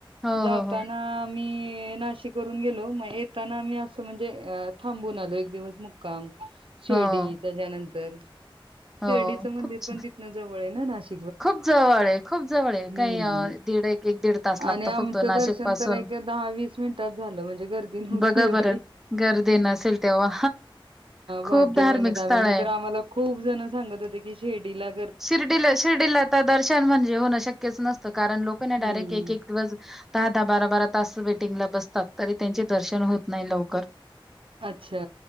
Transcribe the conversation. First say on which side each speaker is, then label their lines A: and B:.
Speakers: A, in the centre; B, on the right.
A: हो,
B: जाताना
A: हो, हो.
B: मी नाशिक गेलो म येताना मी असं म्हणजे थांबून आलो एक दिवस मुक्काम. शिर्डी
A: हो.
B: त्याच्यानंतर
A: हो
B: शिर्डीचं मंदिर
A: खूप छ
B: पण तिथन जवळ आहे ना नाश.
A: खूप जवळ आहे खूप जवळ आहे
B: हम्म.
A: काही दीड एक एक दीड तास लागतो
B: आणि आमचं
A: फक्त नाशिक
B: दर्शन
A: पासून.
B: तर एक दहा वीस मिनटात. झाल म्हणजे गर्दी नव्हती
A: बघा
B: एवढी
A: बरं गर्दी नसेल तेव्हा. खूप
B: हाग्यवान.
A: धार्मिक स्थळ
B: नाही
A: आहे.
B: तर आम्हाला खूप जण सांगत होते की शेडीला.
A: शिर्डीला शिर्डीला तर दर्शन म्हणजे होणं शक्यच नसतं कारण लोक ना
B: हम्म.
A: डायरेक्ट एक एक दिवस दहा दहा बारा बारा तास वेटिंगला बसतात तरी त्यांचे दर्शन होत नाही लवकर
B: अच्छा